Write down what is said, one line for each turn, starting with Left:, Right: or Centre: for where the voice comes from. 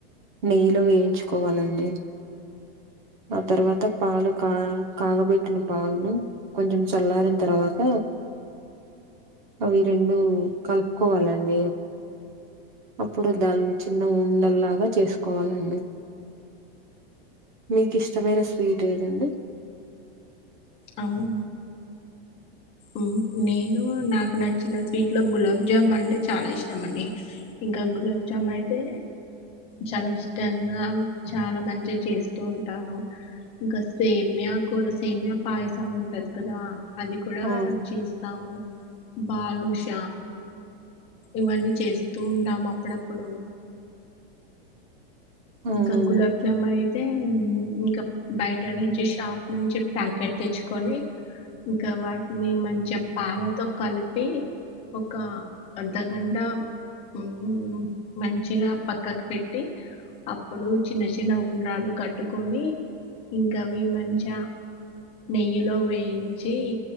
Right: నెయ్యిలో వేయించుకోవాలండి. ఆ తర్వాత పాలు కా కాగబెట్టిన పాలు కొంచం చల్లారిన తర్వాత అవి రెండు కలుపుకోవాలండి. అప్పుడు దానిన చిన్న ఉండల్లాగా చేసుకోవాలండ మీకు ఇష్టమైన స్వీట్ ఏదండి?
Left: అవ్ ఉ నేను నాకు నచ్చిన స్వీట్ లో గులాబ్ జామున్ అంటే చాలా ఇష్టం అండి. ఇంకా గులాబ్ జామ్ అయితే చాలా ఇష్టంగా చాలా మంచిగా చేస్తూ ఉంటాను. ఇంకా సేమ్యా కూడ సేమియా పాయసం ఉంటది కదా అది కూడా
Right: అవును
Left: చేస్తాము బాలుష ఇవన్నీ చేస్తూ ఉంటాము అప్పుడప్పుడు
Right: అవునండి
Left: ఇంకా గులబ్ జమ అయితే హ్మ్ ఇంకా బయట నుంచి షాప్ నుంచి ప్యాకెట్ తెచ్చుకొని ఇంకా వాటిని మంచి పాలతో కలిపి ఒక అర్ధగంట హ్మ్ మంచిగా పక్కకు పెట్టి అప్పుడు చిన్న చిన్న ఉండ్రాలు కట్టుకొని ఇంకా అవి మంచ నెయ్యిలో వేయించి